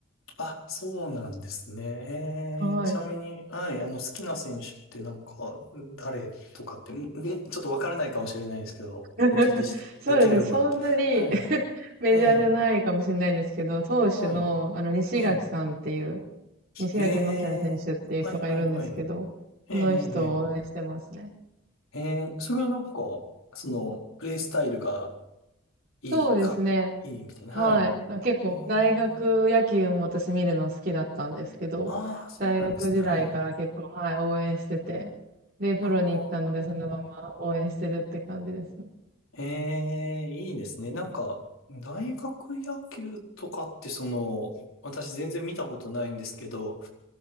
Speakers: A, on the left; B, on the right.
A: あ、そうなんですね。
B: はい。
A: えー、ちなみに、はい、あの、好きな選手ってなんか、誰とかって、んんちょっとわからないかもしれないですけど、
B: <laughs>
A: お聞きして、
B: そうですね。
A: できれば。
B: そんなに
A: はい。
B: <laughs> メジャーじゃないかもしれないんですけど、
A: ええ
B: 投手の、
A: は
B: あの、西垣さんっていう、
A: い。ええ
B: 西垣正也選手っていう人がいるんですけど、
A: ええはい、はい、はい。ええええ
B: その人を応援してますね。
A: ええそれはなんか、その、プレイスタイルがいい、
B: そうですね。
A: かっ、いいみたいな。
B: はい。
A: はい。
B: まあ結構、
A: ええ
B: 大学野球も私見るの好きだったんですけど、
A: ああ、そうなんですね。
B: 大学時代から結構、
A: はい。
B: はい、応援してて、で、プロに行ったので、
A: ああ。
B: そのまま応援してるって感じですね。
A: ええ、いいですね。なんか、大学野球とかってその、私全然見たことないんですけど、